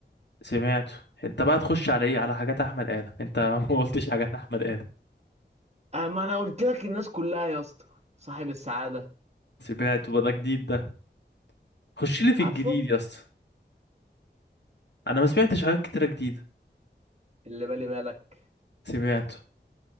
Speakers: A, on the left (about 65°); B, on the right (about 35°).
A: سمعته انت بقى تخش على ايه على حاجات احمد ادم انت <laughs> ما قلتش حاجات احمد ادم
B: آه ما أنا قلت لك الناس كلها يا اسطى صاحب السعادة
A: سمعته بقى ده جديد ده خش لي في
B: عارفه
A: الجديد يا اسطى انا ما سمعتش حاجات كتيره جديده
B: اللي بالي بالك
A: سمعته